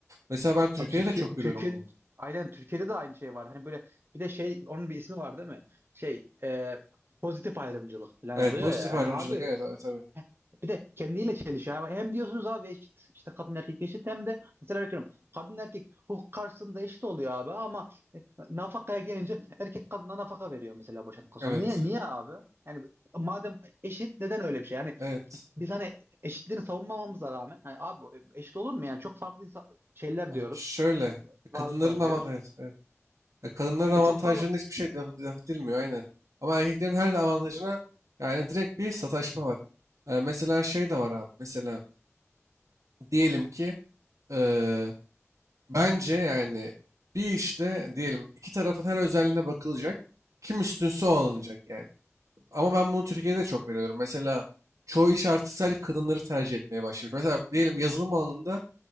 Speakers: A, on the right; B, on the right.
A: Mesela ben Türkiye'de
B: Abi Türkiye
A: de çok görüyorum
B: Türkiye
A: bunu.
B: aynen Türkiye'de de aynı şey var. Hani böyle bir de şey onun bir ismi var değil mi? Şey e, pozitif ayrımcılık falan
A: Evet
B: oluyor
A: pozitif
B: ya.
A: ayrımcılık
B: Hani abi
A: evet evet tabii.
B: Bir de kendiyle çelişiyor. Ama hem diyorsunuz abi eşit işte kadın erkek eşit hem de mesela bakıyorum kadın erkek hukuk karşısında eşit oluyor abi ama nafakaya gelince erkek kadına nafaka veriyor mesela boşandıktan
A: Evet.
B: sonra. Niye niye abi? Yani madem eşit neden öyle bir şey? Yani
A: Evet.
B: biz hani eşitliğini savunmamamıza rağmen hani abi eşit olur mu? Yani çok farklı insan, şeyler
A: Ha,
B: diyoruz.
A: şöyle e, kadınların
B: Varlıklar
A: avantajı
B: diyoruz.
A: evet, evet. Ya kadınların
B: İşte
A: avantajlarına
B: çok farklı
A: hiçbir şey laf, laf edilmiyor aynen. Ama erkeklerin her avantajına yani direkt bir sataşma var. Ee, mesela şey de var abi. Mesela diyelim ki eee, bence yani bir işte diyelim iki tarafın her özelliğine bakılacak. Kim üstünse o alınacak yani. Ama ben bunu Türkiye'de çok veriyorum. Mesela çoğu iş artık sadece kadınları tercih etmeye başlamış. Mesela diyelim yazılım alanında